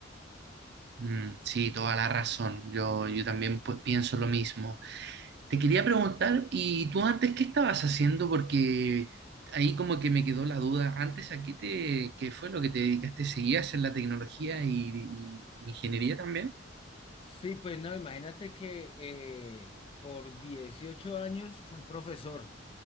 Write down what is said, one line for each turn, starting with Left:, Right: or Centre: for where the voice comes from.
Right: Mm, sí, toda la razón. Yo, yo también pues, pienso lo mismo. Te quería preguntar, ¿y tú antes qué estabas haciendo? Porque ahí como que me quedó la duda. Antes aquí te, ¿qué fue lo que te dedicaste? ¿Seguías en la tecnología y y ingeniería también?
Left: Sí, pues no, imagínate que eh, por 18 años fui profesor,